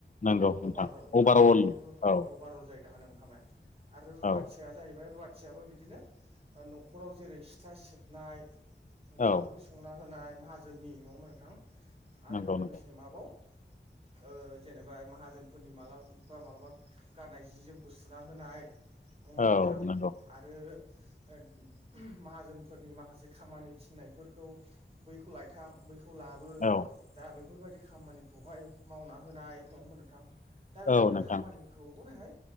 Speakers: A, on the left; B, on the right.
A: नंगौ नोंथां
B: अभारअल
A: अभारअल
B: ओमफ्राय रु
A: औ
B: अभारअल जायो। दाहोनानि खामाया आरो रुवाथिया
A: औ
B: जाहैबाय रुवा थियाबो बिदिनो ओ न'खराव जेरै सिथ्ला सिबनाय ओंखाम
A: औ
B: ओंख्रि संना होनाय माहाजोननि नङा होमबा नोंथां आरो
A: नंगौ
B: लोगोसे
A: नंगौ
B: माबाव <inaudible> ओ जेनेबा माहाजोनफोरनि मालाबा मालाबा गाननाय जि जोमखौ सुना होनाय। नङा होमबा
A: औ
B: नोंथां
A: नोंगौ।
B: आरो ओ माहाजोनफोरनि माखासे खामानि थिननायफोरखौ बैखौ लायथां बै खौ लाबो
A: औ
B: दा बेफोरबायदि खामानिखौहाय मावना होनाय नङा होमबा नोंथां। दा बेफोर
A: औ नोंथां
B: खामानिखौबोहाय